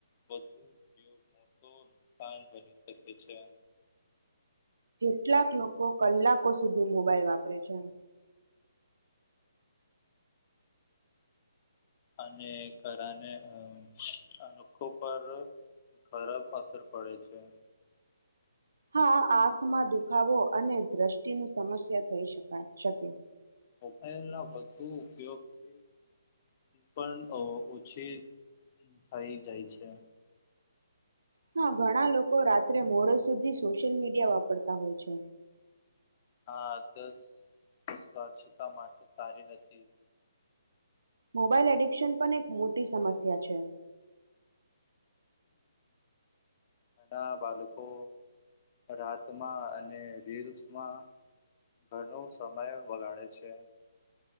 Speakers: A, on the left; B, on the right.
A: વધુ ઉપયોગ મોટો નુકસાન બની શકે છે.
B: કેટલાક લોકો કલાકો સુધી મોબાઈલ વાપરે છે.
A: અને કારને અ અનોખો પર ખરાબ અસર પડે છે.
B: હા આંખમાં દુખાવો અને દ્રષ્ટિની સમસ્યા થઈ શકાય શકે
A: મોબાઈલ ના વધુ ઉપયોગથી પણ ઓછી થઈ જાય છે.
B: હા ઘણા લોકો રાત્રે મોડે સુધી સોશિયલ મીડિયા વાપરતા હોય છે.
A: હા તો સ્વચ્છતા માટે સારી નથી.
B: મોબાાઈલ એડિક્શન પણ એક મોટી સમસ્યા છે.
A: ઘના બાળકો રાતમાં અને રીલ્સમાં ઘણો સમય વગાડે છે.